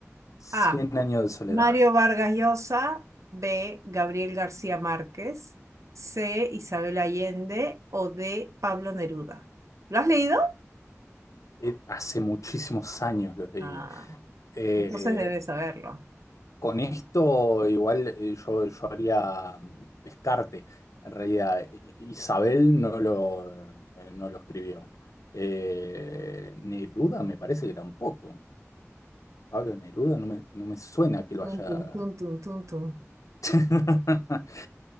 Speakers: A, on the left; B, on the right.
A: cien
B: A.
A: años de soledad.
B: Mario Vargas Llosa. B. Gabriel García Márquez. C. Isabel Allende. O D. Pablo Neruda. ¿Lo has leído?
A: Eh, hace muchísimos años lo leí.
B: Ah,
A: Eh,
B: entonces debes saberlo.
A: Con esto igual eh, yo, yo haría mm, descarte. En realidad, I- Isabel no lo, eh, no lo escribió. Eh, Neruda me parece que tampoco. Pablo Neruda no me, no me suena que lo
B: Tun,
A: haya...
B: tun, tun, tun, tun, tun.
A: <laughs>